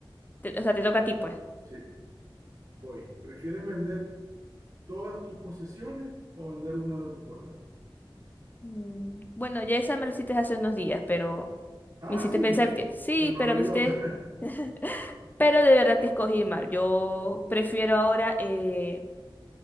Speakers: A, on the left; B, on the right.
A: te- o sea, te toca a ti, pues.
B: sí, voy. ¿Prefieres vender todas tus posesiones o vender uno de tus órganos.
A: Mm, Bueno, ya esa me la hiciste hace unos días, pero
B: Ah,
A: me hiciste
B: sí,
A: pensar que sí,
B: se me
A: pero
B: olvidó.
A: me hiciste...
B: <laughs>
A: <laughs> Pero de verdad que escogí mal. Yo prefiero ahora eh,